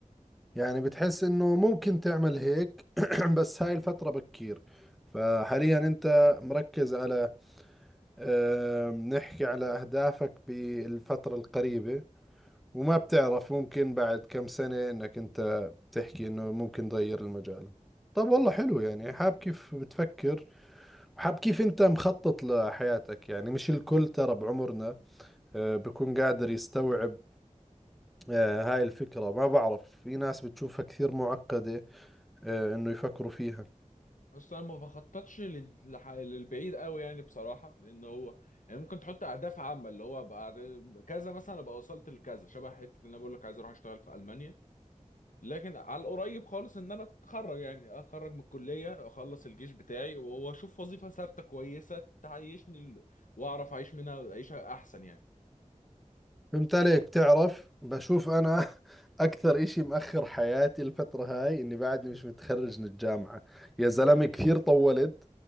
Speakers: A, in the centre; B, on the left.
A: يعني بتحس انه ممكن تعمل هيك <clears throat> بس هاي الفترة
B: مم.
A: بكير فحاليا انت مركز على آه، نحكي على اهدافك بالفترة القريبة وما بتعرف ممكن بعد كم سنة انك انت تحكي انه ممكن تغير المجال طب والله حلو
B: مم.
A: يعني حاب كيف بتفكر وحاب كيف انت مخطط لحياتك يعني مش الكل ترى بعمرنا آه، بكون قادر يستوعب آه، هاي الفكرة ما بعرف في ناس بتشوفها كثير معقدة آه، انه يفكروا فيها
B: اصلا أنا ما بخططش لل- لح- للبعيد قوي يعني بصراحه لان هو يعني ممكن تحط اهداف عامه اللي هو بعد كذا مثلا ابقى وصلت لكذا شبه حته ان انا بقول لك عايز اروح اشتغل في المانيا لكن على القريب خالص ان انا اتخرج يعني اتخرج من الكليه اخلص الجيش بتاعي واشوف وظيفه ثابته كويسه تعيشني ال- واعرف اعيش منها عيشه احسن يعني
A: فهمت عليك بتعرف بشوف
B: مم.
A: انا <laughs> اكثر اشي مأخر حياتي الفترة هاي اني بعدني مش متخرج من الجامعة يا زلمة كثير طولت